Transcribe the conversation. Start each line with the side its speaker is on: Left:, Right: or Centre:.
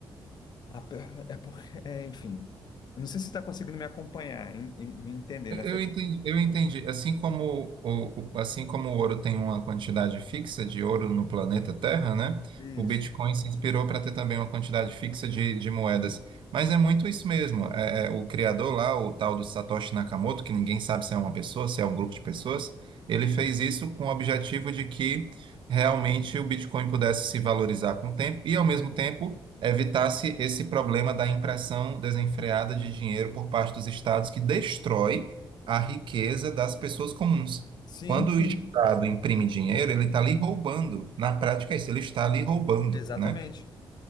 Left: a pe- é porque, é, enfim, eu não sei se você está conseguindo me acompanhar, em- em- me entender
Right: Eu
Left: nessa
Right: eu
Left: questão.
Right: entendi, eu entendi. Assim como o, o- assim como o ouro tem uma quantidade fixa de ouro no planeta Terra, né?
Left: Isso.
Right: O Bitcoin se inspirou para ter também uma quantidade fixa de, de moedas. Mas é muito isso mesmo. É, é, o criador lá, o tal do Satoshi Nakamoto, que ninguém sabe se é uma pessoa, se é um grupo de pessoas, ele fez isso com o objetivo de que realmente o Bitcoin pudesse se valorizar com o tempo e, ao mesmo tempo, evitasse esse problema da impressão desenfreada de dinheiro por parte dos estados que destrói a riqueza das pessoas comuns.
Left: Sim,
Right: Quando
Left: sim,
Right: o Estado imprime dinheiro, ele está ali roubando. Na prática, é isso, ele está ali roubando,
Left: exatamente.
Right: né?